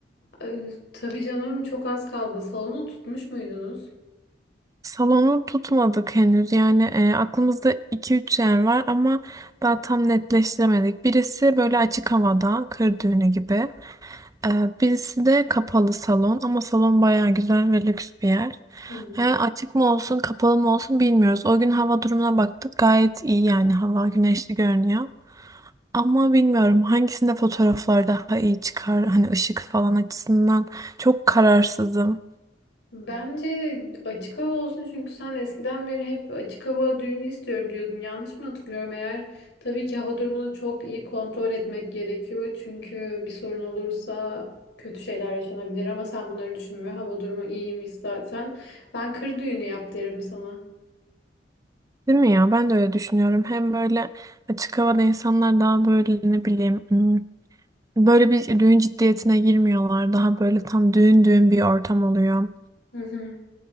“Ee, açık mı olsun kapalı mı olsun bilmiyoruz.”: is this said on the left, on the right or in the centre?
Right